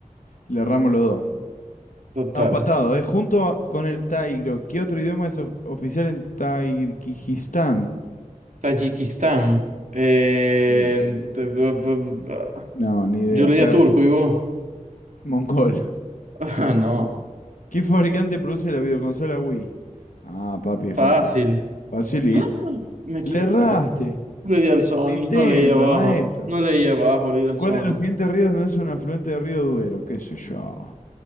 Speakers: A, on the left; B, on the right.
A: le erramos los dos.
B: Total.
A: Estamos empatados, ¿eh? Junto a- con el Tairo. ¿Qué otro idioma es of- oficial en Tayikistán?
B: Tayikistán. Eh,
A: Eh,
B: te- bu- bu- bu-
A: no, ni idea.
B: Yo le
A: Persa.
B: di a turco y vos.
A: Mongol.
B: <laughs> Ah, no.
A: ¿Qué fabricante produce la videoconsola Wii? Ah, papi, fácil.
B: Fácil.
A: Facilito.
B: ¡Ah! Me equivoqué.
A: Le erraste.
B: Le di al Sony,
A: Nintendo,
B: no leí abajo.
A: maestro.
B: No leí abajo, le di al
A: ¿Cuál
B: Sony.
A: de los siguientes ríos no es un afluente del río Duero? ¿Qué sé yo?